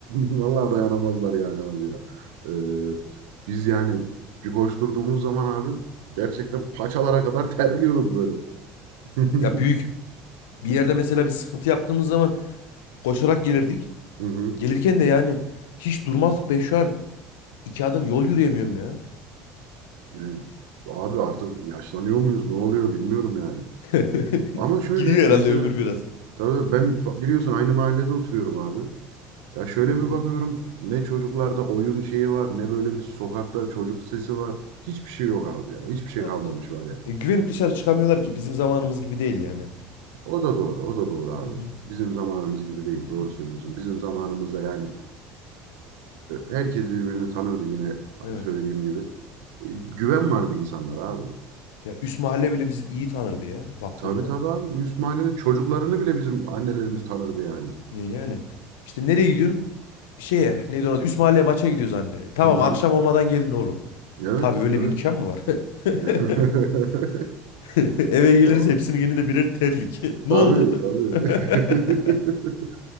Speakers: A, on the right; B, on the left.
A: Vallahi dayanamazlar yani abi ya. Ee, biz yani bir koşturduğumuz zaman abi gerçekten paçalara kadar terliyorduk böyle. <laughs>
B: Ya büyük bir yerde mesela bir sıkıntı yaptığımız zaman koşarak gelirdik.
A: Hı hı.
B: Gelirken de yani hiç durmazdık be şu an. İki adım yol yürüyemiyorum ya.
A: Yani abi artık yaşlanıyor muyuz? Ne oluyor bilmiyorum yani.
B: <laughs>
A: Ama şöyle
B: Gidiyor
A: mesela
B: herhalde ömür biraz.
A: tabii tabii ben fa- biliyorsun aynı mahallede oturuyorum abi. Ya şöyle
B: Hı
A: bir
B: hı.
A: bakıyorum ne çocuklarda oyun şeyi var ne böyle bir sokakta çocuk sesi var. Hiçbir şey yok abi ya. Hiçbir şey
B: Yok.
A: kalmamış var ya.
B: E, güvenip dışarı çıkamıyorlar ki bizim zamanımız gibi değil yani.
A: O da doğru, o da doğru abi.
B: Hı hı.
A: Bizim zamanımız gibi değil, doğru söylüyorsun. Bizim zamanımızda yani e, herkes birbirini tanırdı yine
B: Evet.
A: söylediğim gibi. E, güven vardı insanlara abi.
B: Ya üst mahalle bile bizi iyi tanırdı ya baktığında.
A: Tabii tabii abi. Üst çocuklarını bile bizim annelerimiz tanırdı yani.
B: Ne yani? İşte nereye gidiyorsun? Şeye neydi ona? Üst mahalleye maça gidiyoruz anne. Tamam
A: Hı hı.
B: akşam olmadan gelin oğlum.
A: Evet,
B: Tabii öyle
A: evet.
B: bir imkan mı var?
A: <laughs>
B: <laughs> <laughs> Eve geliriz
A: O,
B: hepsinin elinde birer terlik. <laughs> Ne
A: tabii
B: oldu?
A: tabii.
B: <laughs>
A: <laughs>